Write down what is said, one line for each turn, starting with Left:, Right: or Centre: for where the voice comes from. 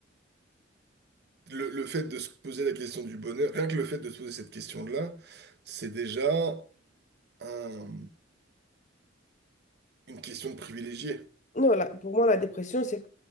Right: le, le fait de se poser la question du bonheur rien que le fait de se poser cette question-là c'est déjà un- une question de privilégié
Left: Non, là, pour moi, la dépression, c'est,